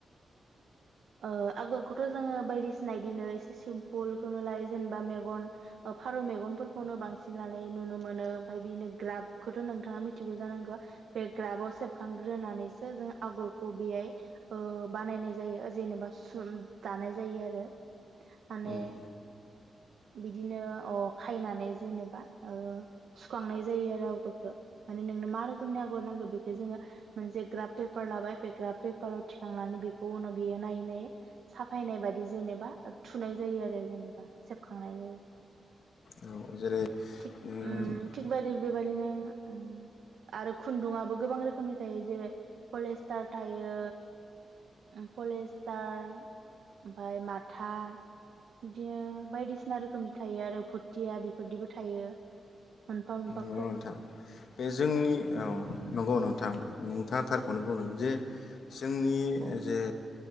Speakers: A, on the right; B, on the left.
A: ओ आगरखौथ' जोङो बायदिसिना इदिनो एसे सिमपुलखौनो लायो जेनेबा मेगन ओ फारौ मेगनफोरखौनो बांसिन लानाय नुनो मोनो ओमफाय बिनो ग्राबखौथ' नोंथाङा मिथिगौ जानांगो। बे ग्राबाव सेबखांग्रोनानै सो जों आगरखौ बेयाइ ओ बानायनाय जायो ओ जेनेबा स्रुम दानाय जायो आरो माने
B: औ
A: बिदिनो अ खायनानै जेनेबा ओ सुखांनाय जायो आरो आगरखो माने नोंनो मा रोखोमनि आगर नांगौ बेखो जोंङो मोनसे ग्राब पेपार लाबाय बे ग्राब पेपार थिखांनानै बेखौ उनाव नायै-नायै साफाय नाय बादि जेनेबा ओ थुनाय जायो आरो जेनेबा सेबखांनाय जायो
B: औ जेरै
A: थिग
B: नोङो
A: उम थिग बायदि बेबादिनो उम आरो खुन्दुंङाबो गोबां रोखोमनि थायो जेरै पलेस्टार थायो अम पलेस्टार ओमफाय माथा इदिनो बायदिसिना रोखोमनि थायो आरो भुट थिया बेफोरदोबो थायो। मोनफा-मोनफा
B: अ नोंथां बे जोंनि औ
A: उम
B: नंगौ नोंथां नोंथाङा थारखौनो बुंदों
A: उम
B: जे जोंनि
A: औ
B: जे